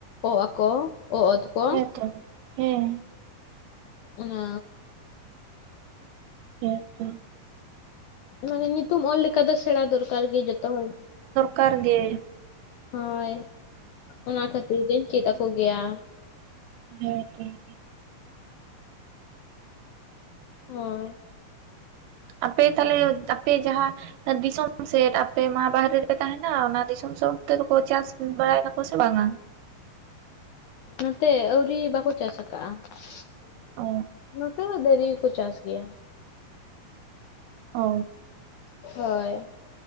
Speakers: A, on the left; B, on the right.
A: ᱚ ᱟ ᱠᱚ ᱚ ᱚᱛ ᱠᱚ
B: ᱦᱮᱸᱛᱚ ᱦᱮᱸ
A: ᱚᱱᱟ
B: ᱦᱮᱸ ᱛᱚ
A: ᱢᱟᱱᱮ ᱧᱩᱛᱩᱢ ᱚᱞ ᱞᱮᱠᱟ ᱫᱚ ᱥᱮᱬᱟ ᱫᱚᱨᱠᱟᱨ ᱜᱮ ᱡᱚᱛᱚ ᱦᱚᱲ
B: ᱠᱟᱨ ᱜᱮ
A: ᱦᱳᱭ ᱚᱱᱟ ᱠᱷᱟᱹᱛᱤᱨ ᱜᱮᱧ ᱪᱮᱫ ᱟᱠᱚ ᱜᱮᱭᱟ
B: ᱦᱮ ᱦᱮ
A: ᱦᱳᱭ
B: ᱟᱯᱮ ᱛᱟᱦᱚᱞᱮ ᱟᱯᱮ ᱡᱟᱦᱟ ᱫᱤᱥᱚᱢ ᱥᱮᱫ ᱟᱯᱮ ᱢᱟ ᱵᱟᱦᱨᱮ ᱨᱮ ᱯᱮ ᱛᱟᱦᱮᱱᱟ ᱚᱱᱟ ᱫᱤᱥᱚᱢ ᱥᱮᱫ ᱛᱮᱫ ᱠᱚ ᱪᱟᱥ ᱵᱟᱲᱟᱭ ᱫᱟᱠᱚ ᱥᱮ ᱵᱟᱝᱟ?
A: ᱱᱚᱛᱮ ᱟᱹᱣᱨᱤ ᱵᱟᱠᱚ ᱪᱟᱥ ᱠᱟᱜᱼᱟ
B: ᱚ
A: ᱵᱷᱨᱤ ᱦᱚᱠ ᱪᱟᱥ ᱜᱮᱭᱟ
B: ᱚ
A: ᱦᱳᱭ